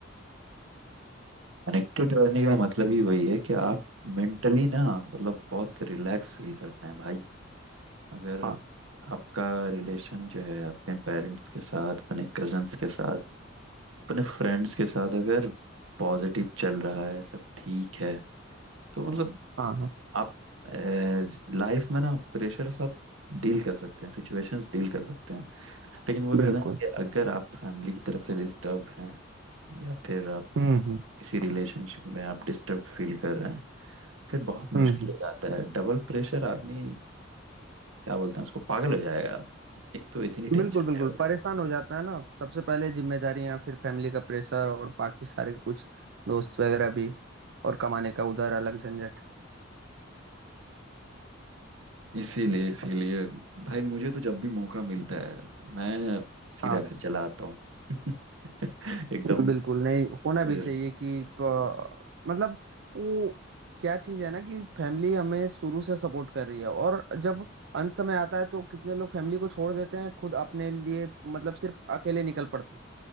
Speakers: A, on the right; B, on the right.
A: कनेक्टेड रहने का मतलब ही वही है कि आप मेंटली ना मतलब बहुत रिलैक्स फील करते हैं भाई अगर
B: हाँ
A: आपका रिलेशन जो है अपने पेरेंट्स के साथ अपने कजन्स के साथ अपने फ्रेंड्स के साथ अगर पॉजिटिव चल रहा है सब ठीक है तो मतलब
B: हाँ हाँ
A: आप लाइफ में ना प्रेशर आप डील कर सकते हैं सिचुएशंस डील कर सकते हैं लेकिन वो कहते
B: बिल्कुल
A: हैं ना कि अगर आप फैमिली की तरफ से डिस्टर्ब हैं या फिर आप
B: हम्म हम्म
A: इसी रिलेशनशिप में आप डिस्टर्ब फील कर रहे हैं फिर बहुत मुश्किल
B: हम्म हम्म।
A: हो जाता है डबल प्रेशर आदमी क्या बोलते हैं उसको पागल हो जाएगा एक तो इतनी टेंशन
B: बिल्कुल बिल्कुल
A: है already।
B: परेशान हो जाता है ना सबसे पहले जिम्मेदारियां फिर फैमिली का प्रेशर और बाकी सारे कुछ दोस्त वगैरह भी और कमाने का उधर अलग झंझट
A: इसीलिए इसीलिए भाई मुझे तो जब भी मौका मिलता है मैं सीधा
B: हाँ
A: घर चला आता हूँ <laughs> एकदम
B: बिल्कुल नहीं होना
A: अ,
B: भी चाहिए कि प- मतलब वो क्या चीज है ना कि फैमिली हमें शुरू से सपोर्ट कर रही है और जब अंत समय आता है तो कितने लोग फैमिली को छोड़ देते हैं खुद अपने लिए मतलब सिर्फ अकेले निकल पड़ते हैं